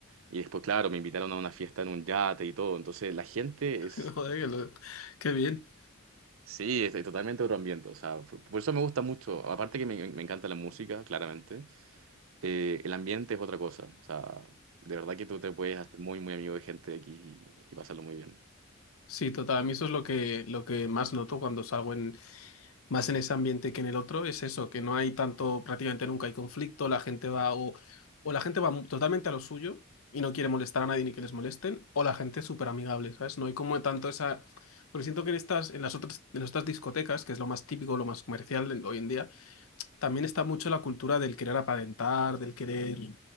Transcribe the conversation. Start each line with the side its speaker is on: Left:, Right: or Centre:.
Right: Y después, claro, me invitaron a una fiesta en un yate y todo. Entonces, la gente
Left: <laughs>
Right: es
Left: Joder, que lo- qué bien.
Right: Sí, estoy totalmente otro ambiente, o sea, por, por eso me gusta mucho, aparte que me, me encanta la música, claramente, eh, el ambiente es otra cosa, o sea, de verdad que tú te puedes hacer muy, muy amigo de gente de aquí y, y pasarlo muy bien.
Left: Sí, total. A mí eso es lo que, lo que más noto cuando salgo en, más en ese ambiente que en el otro, es eso, que no hay tanto, prácticamente nunca hay conflicto, la gente va o, o la gente va mu- totalmente a lo suyo y no quiere molestar a nadie ni que les molesten, o la gente es súper amigable, ¿sabes? No hay como tanto esa... Porque siento que en estas, en las otras, en las otras discotecas, que es lo más típico, lo más comercial en- hoy en día, también está mucho la cultura del querer aparentar, del querer,